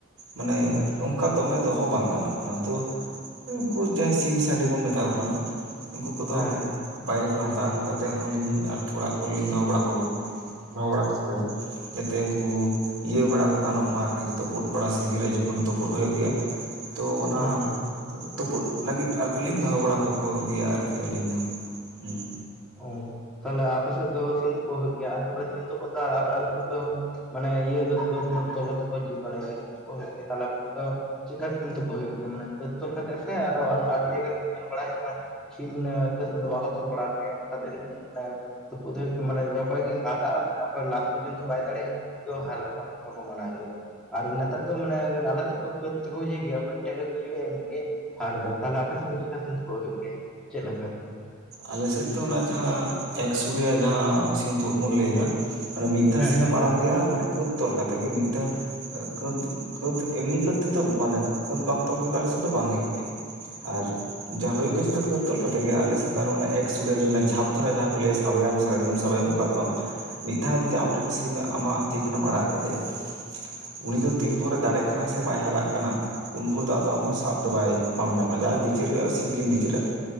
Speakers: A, on the right; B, in the centre.
A: ᱢᱟᱱᱮ
B: ᱦᱮᱸ ᱦᱮᱸ ᱦᱮᱸ
A: ᱚᱱᱠᱟ ᱫᱚᱢᱮ ᱫᱚᱦᱚ ᱵᱟᱝ ᱜᱟᱱᱚᱜ ᱠᱟᱱᱟ ᱛᱚ ᱩᱱᱠᱩ ᱡᱟᱦᱟᱸᱭ ᱥᱤᱢ ᱥᱟᱸᱰᱤ ᱵᱚᱱ ᱢᱮᱛᱟ ᱠᱚ ᱠᱟᱱᱟ, ᱩᱱᱠᱩ ᱠᱚᱫᱚ
B: ᱦᱮᱸ ᱦᱮᱸ
A: ᱵᱟᱭᱨᱮ ᱠᱷᱚᱱ ᱦᱟᱛᱟᱣ ᱟᱜᱩ ᱠᱟᱛᱮᱫ ᱦᱚᱸᱞᱤᱧ ᱟᱨᱠᱤ ᱚᱲᱟᱜ ᱠᱚᱨᱮᱞᱤᱧ ᱫᱚᱦᱚ ᱵᱟᱲᱟ <inaudible> ᱫᱚᱦᱚ ᱵᱟᱲᱟ ᱠᱚ ᱜᱮᱭᱟ, ᱡᱟᱛᱮ ᱩᱱᱠᱩ ᱤᱭᱟᱹ ᱵᱟᱲᱟ ᱠᱚ ᱜᱟᱱᱚᱜ ᱢᱟ ᱟᱨᱠᱤ ᱛᱳ ᱯᱳᱫ ᱵᱟᱲᱟ ᱥᱤᱡᱤᱱ ᱨᱮ ᱡᱚᱠᱷᱚᱱ ᱛᱳᱯᱳᱜ ᱦᱳᱭᱳᱜ ᱜᱮᱭᱟ, ᱛᱚ ᱚᱱᱟ
B: ᱦᱩᱸ ᱦᱩᱸ
A: ᱛᱳᱯᱳᱫ ᱞᱟᱹᱜᱤᱫ ᱟᱨᱠᱤ ᱞᱤᱧ ᱫᱚᱦᱚ ᱵᱟᱲᱟ ᱠᱟ ᱠᱚ ᱜᱮᱭᱟ ᱟᱨᱠᱤ ᱟᱹᱞᱤᱧ ᱫᱚ, ᱦᱩᱸ᱾
B: ᱚ ᱛᱟᱦᱞᱮ ᱟᱯᱮ ᱥᱮᱫ ᱫᱚ ᱥᱤᱢ ᱛᱩᱯᱩᱜ ᱦᱩᱭᱩᱜ ᱜᱮᱭᱟ ᱟᱞᱮ ᱵᱚᱞᱮ ᱥᱤᱢ ᱛᱳᱯᱳᱫ ᱫᱚ ᱟᱨ ᱟ ᱟᱞᱮ ᱥᱮᱫ ᱫᱚ ᱢᱟᱱᱮ ᱤᱭᱟᱹ ᱫᱚ ᱠᱟᱹᱛ ᱢᱟᱹᱛ ᱛᱚᱞ ᱠᱟᱛᱮ ᱠᱚ ᱡᱤ ᱵᱟᱲᱟᱭ ᱜᱮᱭᱟ ᱥᱤᱢ ᱛᱳᱯᱳᱜ ᱦᱳᱭᱳᱜ ᱜᱮᱭᱟ ᱛᱟᱦᱚᱞᱮ ᱟᱯᱮ ᱫᱚ ᱪᱮᱠᱟ ᱛᱤᱠᱤᱱ ᱛᱳᱯᱳᱜ ᱦᱩᱭᱩᱜ ᱜᱮᱭᱟ ᱢᱟᱱᱮ ᱠᱟᱹᱛ ᱛᱚᱞ ᱠᱟᱛᱮᱜ ᱥᱮ ᱟᱨᱚ ᱟᱹᱰᱤ ᱡᱟᱭᱜᱟ ᱨᱮ ᱫᱚ ᱧᱮᱞ ᱵᱟᱲᱟᱭ ᱦᱩᱭᱩᱜ ᱠᱟᱱᱟ ᱥᱤᱢ ᱩᱱᱟᱹᱜ ᱠᱟᱹᱛ ᱠᱚᱫᱚ ᱵᱟᱠᱚ ᱛᱚᱞ ᱵᱟᱲᱟ ᱠᱚᱜᱮᱭᱟ ᱚᱱᱠᱟ <unintelligible> ᱛᱳᱯᱳᱫ ᱦᱩᱭᱩᱜ ᱜᱮᱭᱟ ᱢᱟᱱᱮ ᱚᱠᱚᱭ ᱠᱤᱱ ᱵᱷᱟᱜᱟᱜᱼᱟ ᱚᱠᱚᱭ ᱞᱟᱥᱴ ᱯᱚᱨᱡᱚᱱᱛᱚ ᱵᱟᱭ ᱫᱟᱲᱮᱭᱟᱜᱼᱟ <inaudible> ᱦᱟᱨ <unintelligible> ᱠᱚᱠᱚ ᱢᱟᱱᱟᱣ ᱜᱮᱭᱟ᱾ ᱟᱨ ᱱᱮᱛᱟᱨ ᱫᱚ ᱢᱟᱱᱮ ᱟᱞᱮ ᱥᱮᱫ ᱫᱚ ᱠᱟᱹᱫ ᱛᱮᱠᱚ ᱤᱭᱟᱹᱭ ᱜᱮᱭᱟ ᱚᱠᱚᱭᱤ ᱴᱟᱜᱮ ᱜᱩᱡᱩᱜᱼᱟᱭ ᱩᱱᱤ ᱜᱮ ᱦᱟᱨ ᱫᱚ ᱛᱟᱦᱚᱞᱮ ᱟᱯᱮ ᱥᱮᱫ ᱫᱚ ᱪᱮᱫᱠᱟ ᱥᱤᱧ ᱛᱳᱯᱳᱫ ᱦᱩᱭᱩᱜ ᱜᱮᱭᱟ ᱪᱮᱫ ᱞᱮᱠᱟ?
A: ᱟᱞᱮ ᱥᱮᱫ ᱫᱚ ᱚᱱᱟ ᱡᱟᱦᱟᱸ ᱮᱠᱥᱩᱲᱭᱟ ᱡᱟᱦᱟᱸ ᱥᱤᱢ ᱛᱳᱯᱳᱫ ᱵᱚᱱ ᱞᱟᱹᱭᱫᱟ, ᱢᱟᱱᱮ ᱢᱤᱫ ᱫᱷᱟᱣ
B: ᱦᱮᱸ
A: ᱥᱤᱢᱮᱢ
B: ᱦᱮᱸ
A: ᱟᱲᱟᱜᱮᱭᱟ ᱢᱟᱱᱮ ᱠᱟᱹᱛ ᱛᱚᱞ ᱠᱟᱛᱮ ᱜᱮ ᱢᱤᱫ ᱫᱷᱟᱣ ᱠᱟᱹᱛ ᱠᱟᱹᱛ ᱮᱢᱱᱤ ᱠᱟᱹᱛ ᱛᱮᱫᱚ ᱢᱟᱱᱮ ᱠᱟᱹᱛ ᱵᱟᱝ ᱛᱚᱞ ᱠᱟᱛᱮ ᱫᱚ ᱟᱞᱮ ᱥᱮᱫ ᱫᱚ ᱵᱟᱝ ᱦᱳᱭᱳᱜ ᱜᱮᱭᱟ᱾ ᱟᱨ ᱡᱟᱦᱟ ᱦᱳᱭᱳᱜ ᱜᱮᱭᱟ ᱡᱚᱛᱚ ᱠᱟᱹᱛ ᱛᱚᱞ ᱠᱟᱛᱮᱜᱮ ᱟᱞᱮ ᱥᱮᱫ ᱟᱨ ᱢᱟᱱᱮ ᱮᱠᱥᱩᱸᱲᱮ ᱡᱟᱦᱟ ᱡᱷᱟᱯ ᱫᱷᱟᱨᱟ ᱡᱟᱦᱟᱸ ᱠᱚ ᱞᱟᱹᱭᱟ ᱥᱟᱵᱮᱭᱟᱢ ᱥᱟᱨᱟᱫᱤᱱᱮᱢ ᱥᱟᱵᱮᱭᱟᱢ ᱚᱱᱠᱟ ᱫᱚ ᱵᱟᱝ᱾ ᱢᱤᱫ ᱫᱷᱟᱣ ᱡᱩᱫᱤ ᱟᱢᱨᱮᱱ ᱥᱤᱢ ᱟᱢᱟᱜ ᱛᱤ ᱠᱷᱚᱱᱮᱢ ᱟᱲᱟᱜ ᱠᱟᱫᱮᱭᱟ, ᱩᱱᱤ ᱫᱚ ᱛᱤᱱ ᱵᱷᱚᱨᱮ ᱫᱟᱲᱮᱜ ᱠᱟᱱᱟ ᱥᱮ ᱵᱟᱭ ᱦᱟᱨᱟᱜ ᱠᱟᱱᱟ ᱩᱱ ᱵᱷᱳᱨ ᱫᱚ ᱟᱫᱚ ᱟᱢᱫᱚ ᱥᱟᱵ ᱫᱚ ᱵᱟᱭ ᱵᱟᱢ ᱧᱟᱢᱟ ᱡᱟᱦᱟᱸᱭ ᱵᱤᱪᱟᱹᱨ ᱦᱩᱭᱩᱜᱼᱟ ᱥᱤᱢᱠᱤᱱ ᱵᱤᱪᱟᱹᱨᱟ